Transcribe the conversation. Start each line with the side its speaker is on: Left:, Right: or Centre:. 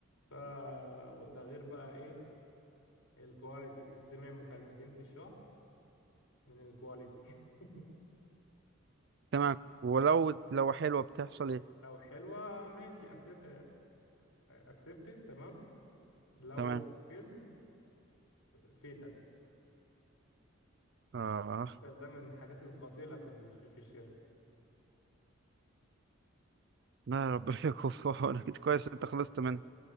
Left: فده غير بقى ايه الكواليتي بتتسمع مكالمتين في الشهر من الكواليتي <laughs>
Right: تمام ولو لو حلوه بتحصل ايه
Left: لو حلوة ماشي اكسبت اكسبتد تمام لو
Right: تمام
Left: فيلد فيتال
Right: اه
Left: فيتال ده من الحاجات القاتلة في الش- في الشركة
Right: لا ربنا يكون في عونك <laughs> كويس انت خلصت منها